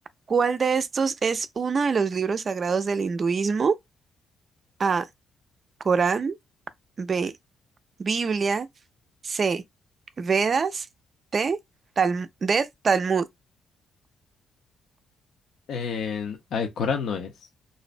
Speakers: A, on the right; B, on the left.
A: ¿cuál de estos es uno de los libros sagrados del hinduismo? A, Corán, B, Biblia. C. Vedas. T. Talm- D. Talmud.
B: En Alcorán no es.